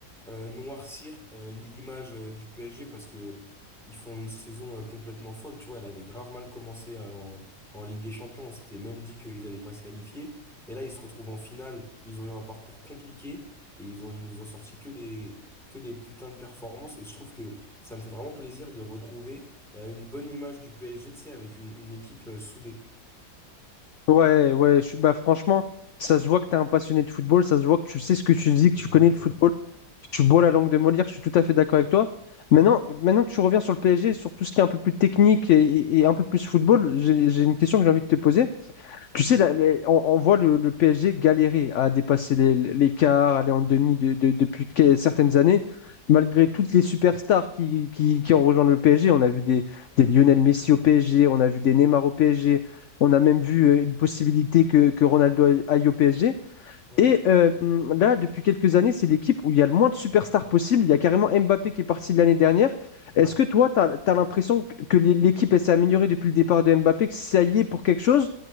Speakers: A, in the centre; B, on the left (about 60°).
A: euh, noircir euh, l'image euh, du PSG parce que ils font une saison euh, complètement folle. Tu vois, elle avait grave mal commencé euh, en, en Ligue des Champions. On s'était même dit qu'ils allaient pas se qualifier. Et là, ils se retrouvent en finale. Ils ont eu un parcours compliqué et ils ont, ils nous ont sorti que des, que des putains de performances. Et je trouve que ça me fait vraiment plaisir de retrouver euh, une bonne image du PSG, tu sais, avec une, une équipe euh, soudée.
B: Ouais, ouais, je- bah franchement, ça se voit que tu es un passionné de football, ça se voit que tu sais ce que tu dis, que
A: Exactement.
B: tu connais le football. Tu bois la langue de Molière, je suis tout à fait d'accord avec toi. Maintenant, maintenant que tu reviens sur le PSG, sur tout ce qui est un peu plus technique et, et et un peu plus football, j'ai j'ai une question que j'ai envie de te poser. Tu sais, là, les- on, on voit le, le PSG galérer à dépasser les- l'écart, aller en demi de- de- depuis que- certaines années. Malgré toutes les superstars qui, qui, qui ont rejoint le PSG, on a vu des, des Lionel Messi au PSG, on a vu des Neymar au PSG, on a même vu euh, une possibilité que, que Ronaldo aille au PSG.
A: Ouais,
B: Et euh, là, depuis quelques années, c'est l'équipe où il y a le moins de superstars possible. Il y a carrément Mbappé qui est parti de l'année dernière.
A: ouais.
B: Est-ce que toi, tu as, l'impression que que l'é- l'équipe elle s'est améliorée depuis le départ de Mbappé, que ça y est pour quelque chose?